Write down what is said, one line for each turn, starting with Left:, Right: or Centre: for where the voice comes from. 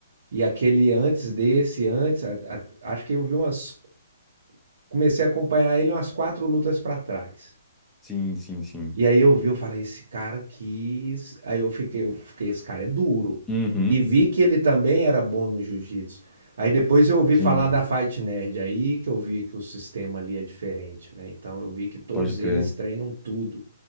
Right: e aquele antes desse, antes, a- a- acho que eu vi umas, comecei a acompanhar ele umas quatro lutas para trás.
Centre: Sim, sim, sim.
Right: E aí eu vi, eu falei, esse cara aqui. Aí eu fiquei, eu fiquei, esse cara é duro.
Centre: Uhum.
Right: E vi que ele também era bom no jiu-jitsu. Aí depois eu ouvi
Centre: Sim,
Right: falar da Fight Nerd, aí que eu vi que o sistema ali é diferente, né? Então eu vi que todos
Centre: pode crer.
Right: eles treinam tudo.